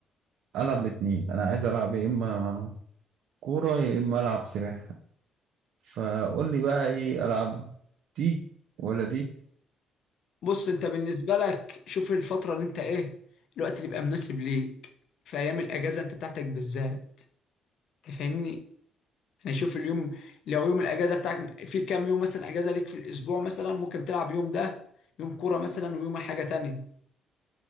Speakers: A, on the right; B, on the left.
A: العب الاتنين انا عايز العب يا اما كورة يا اما العب سباحة فقول لي بقى ايه العب دي ولا دي
B: بص انت بالنسبة لك شوف الفترة اللي انت ايه الوقت اللي يبقى مناسب ليك في ايام الاجازة انت بتاعتك بالذات تفهمني يعني شوف اليوم لو يوم الاجازه بتاعك في كام يوم مثلا اجازه ليك في الاسبوع مثلا ممكن تلعب يوم ده يوم كوره مثلا ويوم حاجه تانية